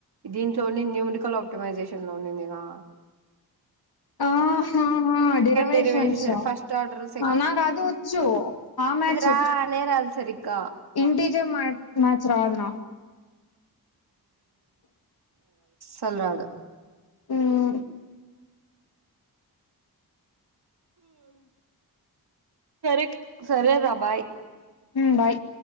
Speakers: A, on the right; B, on the left.
A: దీంట్లోని న్యూమరికల్ ఆప్టిమైజేషన్ లోనిందిగా
B: అ ఆహా ఆ డిరవేషన్స
A: డెరివేషన్ ఫస్ట్ ఆర్డర్
B: నాకు అదోచ్చు ఆ మ్యాచ్
A: ఆ నేరాద్సరిగ్గ
B: ఇన్టిజమ్ మ్యాట్ మ్యాచ్ రాదునాక్
A: సల్రాదు
B: ఉమ్ఉ
A: సరేక్ సరే రా బాయ్
B: మ్ బాయ్